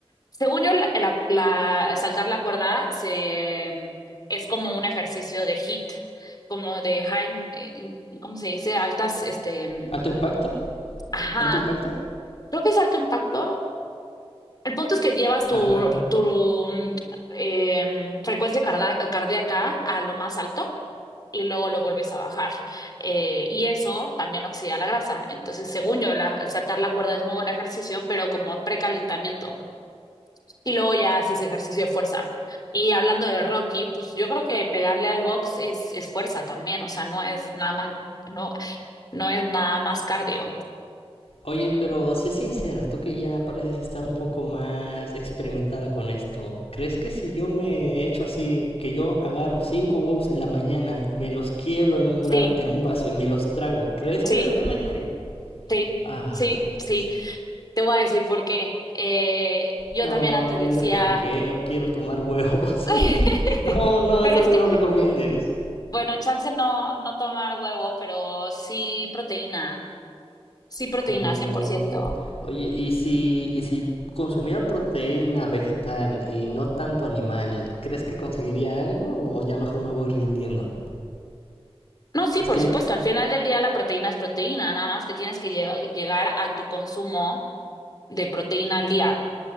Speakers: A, on the left (about 40°); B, on the left (about 70°).
A: según yo, la, la- la- saltar la cuerda se, es como un ejercicio de HIIT, como de high, eh, ¿cómo se dice? Altas, este, mm,
B: ¿Alto impacto?
A: ajá,
B: ¿Alto impacto?
A: creo que es alto impacto, el punto es que llevas tu,
B: Ajá.
A: tu mm, em, frecuencia carda- cardíaca a lo más alto y luego lo vuelves a bajar. Eh, y eso también oxida la grasa. Entonces, según yo, la, saltar la cuerda es muy buen ejercicio, pero como precalentamiento. Y luego ya haces ejercicio de fuerza. Y hablando de Rocky, pues yo creo que pegarle al box es, es fuerza también. O sea, no es nada más, no, no es nada más cardio.
B: Oye, pero sé sincera, tú que ya pareces estar un poco más experimentada con esto, ¿crees que si yo me echo así, que yo agarro cinco huevos en la mañana, me los quiebro en un
A: Sí,
B: bra- en un vaso y me los trago, ¿crees
A: sí,
B: que de verdad me ayudaría?
A: sí,
B: Ay,
A: sí,
B: no puede
A: sí.
B: ser.
A: Te voy a decir por qué. Eh, yo
B: No,
A: también antes
B: no me
A: decía,
B: digas por qué, no quiero tomar huevos.
A: <laughs>
B: <laughs> No, no,
A: pero
B: eso
A: es
B: no
A: que,
B: me lo recomiendes.
A: bueno, chance no, no tomar huevo, pero sí proteína, sí proteína,
B: Como,
A: cien por ciento.
B: oye, ¿y si, y si consumiera proteína vegetal y no tanto animal, ¿crees que conseguiría algo o ya mejor me voy rindiendo?
A: No, sí,
B: Es
A: por
B: que, n-
A: supuesto, al final del día la proteína es proteína, nada más que tienes que lle- llegar a tu consumo de proteína al día.